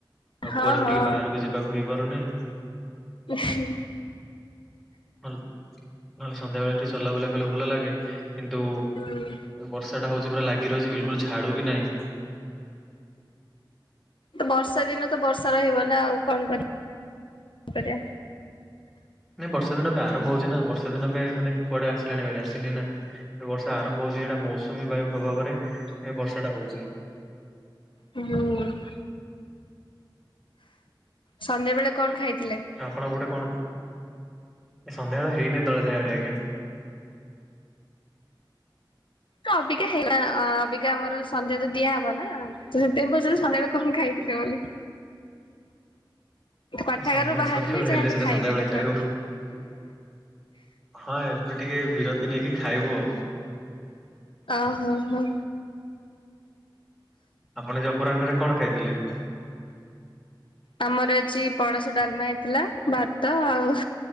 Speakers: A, in the centre; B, on the left.
A: ଆଉ
B: ହଁ
A: କୁଆଡେ
B: ହଁ
A: ବି ଟିକେ ବାହାରକୁ ଯିବାକୁ ହେଇପାରୁନାହିଁ।
B: ହେ।
A: ନହେଲେ ସନ୍ଧ୍ୟା ବେଳେ ଟିକେ ଚଲା ବୁଲା କଲେ ଭଲ ଲାଗେ। କିନ୍ତୁ
B: ହୁଁ।
A: ବର୍ଷା ଟା ହୋଉଚି ପୁରା ଲାଗି ରହିଛି ବିଲକୁଲ ଛାଡୁ ବି ନାହିଁ।
B: ତ ବର୍ଷା ଦିନ ତ ବର୍ଷା ରହିବନା ଆଉ କଣ କରିବା କରିବା।
A: ନାଇଁ ବର୍ଷେ ଦିନ ଏ ଆରମ୍ଭ ହୋଉଛି ନା ବର୍ଷେ ଦିନ ଏ ମାନେ କୁଆଡେ ଆସିଲାଣି ଭାରି ଆସିନି ନା। ବର୍ଷା ଆରମ୍ଭ ହୋଉଛି ଏଟା ମୌସୁମୀ ବାୟୁ ପ୍ରଭାବରେ ବର୍ଷା ଟା ହୋଉଛି।
B: ହୁଁ। ସନ୍ଧ୍ୟାବେଳେ କଣ ଖାଇଥିଲେ।
A: ଆପଣ ଗୋଟେ କଣ ଏ ସନ୍ଧ୍ୟାବେଳ ହେଇନି ଦଳେ ଯାଏଁବରି ଆଜ୍ଞା।
B: ଅବିକା ହେଇ ଅବିକା ଆମର ସନ୍ଧ୍ୟା ତ ଦିଆହବ ନା? ତ ସେତେବେଳେ ପିଲ ସନ୍ଧ୍ୟା ବେଳେ କଣ ଖାଇଥିଲେ ବୋଲି। ପାଠାଗାରରୁ
A: ସନ୍ଧ୍ୟା
B: ବାହାରିଲେ
A: ସନ୍ଧ୍ୟାବେଳେ
B: ଯାହାହେଲେ
A: ହେଲେ ସିନା
B: ଖାଇବେ
A: ସନ୍ଧ୍ୟାବେଳେ
B: ନା
A: ଖାଇବୁ।
B: କଣ?
A: ହଁ ଏବେ ଟିକେ ବିରତି ନେଇକି ଖାଇବୁ ଆ।
B: ଓ ହୋ ହୋ।
A: ଆପଣ ଯେ ଅପରାହ୍ନରେ କଣ ଖାଇଥିଲେ।
B: ଆମର ଅଛି ପଣସ ଡାଲମା ହେଇଥିଲା ଭାତ ଆଉ